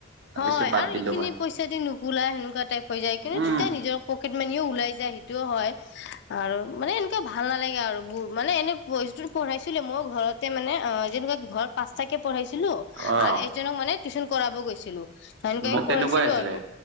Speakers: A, on the right; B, on the left.
A: তাৰপিছত
B: হয়
A: বাদ
B: আৰু
A: দিলো
B: এইখিনি
A: মই
B: পইচা দি নুখুলাই সেনেকুৱা টাইপ হৈ যায় কিন্তু
A: উম
B: তেতিয়া নিজৰ পকেট মানিও ওলাই যায় সেইটোও হয় আৰু মানে এনেকুৱা ভাল নালাগে আৰু ব'ৰ মানে এনে বস্তু পঢ়াইছিলো মইয়ো ঘৰতে মানে অ যেনেকুৱা ঘৰ পাঁচটাকে পঢ়াইছিলো
A: অ
B: আৰু এজনক মানে টিউচন কৰাব গৈছিলো সেনেকুৱাকে
A: মোৰ তেনেকুৱাই
B: কৰাইছিলো
A: আছিলে
B: আৰু